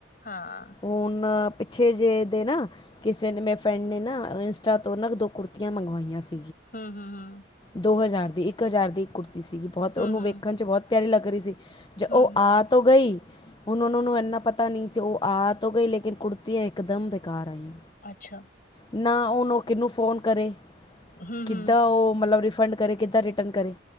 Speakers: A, on the left (about 45°); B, on the left (about 25°).
A: ਹਾਂ
B: ਹੁਣ ਪਿੱਛੇ ਜਿਹੇ ਦੇ ਨਾ, ਕਿਸੇ ਨੇ ਮੇਰੇ ਫਰੈਂਡ ਨੇ ਨਾ ਇੰਸਟਾ ਤੋਂ ਨਾ ਦੋ ਕੁੜਤੀਆਂ ਮੰਗਵਾਈਆਂ ਸੀ।
A: ਹਮ-ਹਮ-ਹਮ
B: ਦੋ ਹਜ਼ਾਰ ਦੀ ਇੱਕ ਹਜ਼ਾਰ ਦੀ ਇੱਕ ਕੁੁਰਤੀ ਸੀਗੀ। ਬਹੁਤ
A: ਹੂੰ
B: ਉਹਨੂੰ
A: ਹੂੰ
B: ਵੇਖਣ ਚ ਬਹੁਤ ਪਿਆਰੀ ਲੱਗ ਰਹੀ ਸੀ। ਜੇ
A: ਹੂੰ
B: ਉਹ
A: ਹੂੰ
B: ਆ
A: ਹੂੰ
B: ਤੋਂ ਗਈ। ਹੁਣ ਉਹਨਾਂ ਨੂੰ ਇੰਨਾ ਪਤਾ ਨਹੀਂ ਸੀ। ਉਹ ਆ ਤੋ ਗਈ। ਲੇਕਿਨ ਕੁੜਤੀਆਂ ਇਕਦਮ ਬੇਕਾਰ ਆਈਆਂ।
A: ਅੱਛਾ।
B: ਨਾ ਹੁਣ ਉਹ ਕਿਹਨੂੰ ਫੋਨ ਕਰੇ।
A: ਹੂੰ
B: ਕਿੱਦਾਂ
A: ਹੂੰ
B: ਉਹ ਮਤਲਬ ਰਿਫੰਡ ਕਰੇ, ਕਿੱਦਾਂ ਰਿਟਰਨ ਕਰੇ।